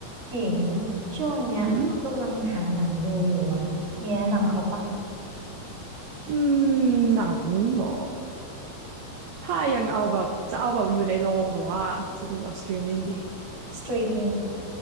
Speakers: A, on the right (about 20°); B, on the right (about 75°).
A: ถิงช่วงเนี้ยก็กำลังหาหนังดูอยู่อ่ะมีแนะนำเขาปะ
B: อืมอืมหนังเหรอ ถ้ายังเอาแบบจะเอาแบบอยู่ในโรงหรือว่าจะดูแบบสตรีมมิ่งดี
A: สตรีมมิ่ง